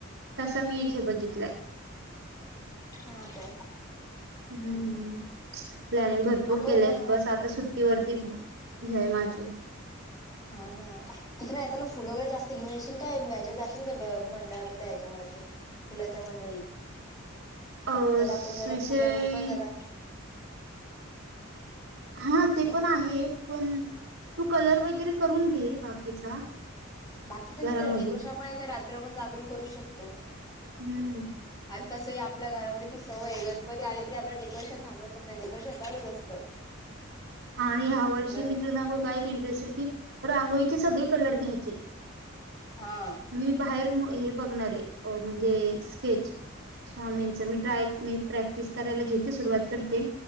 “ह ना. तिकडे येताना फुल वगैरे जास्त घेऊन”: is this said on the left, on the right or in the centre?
Left